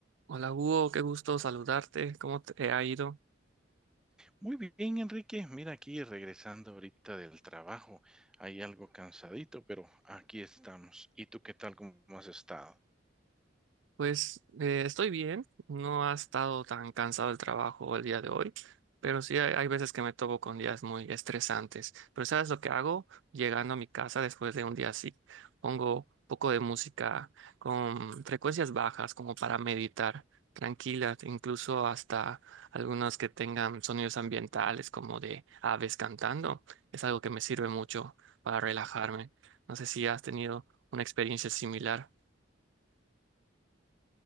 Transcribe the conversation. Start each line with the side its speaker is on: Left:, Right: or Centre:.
Right: Hola Hugo, qué gusto saludarte. ¿Cómo te ha ido?
Centre: Muy bien, Enrique. Mira, aquí regresando ahorita del trabajo. Hay algo cansadito, pero aquí estamos. ¿Y tú qué tal? ¿Cómo has estado?
Right: Pues eh, estoy bien, no ha estado tan cansado el trabajo el día de hoy, pero sí hay, hay veces que me topo con días muy estresantes. Pero ¿sabes lo que hago? Llegando a mi casa después de un día así, pongo un poco de música con frecuencias bajas como para meditar, tranquila, incluso hasta algunas que tengan sonidos ambientales como de aves cantando. Es algo que me sirve mucho para relajarme. No sé si has tenido una experiencia similar.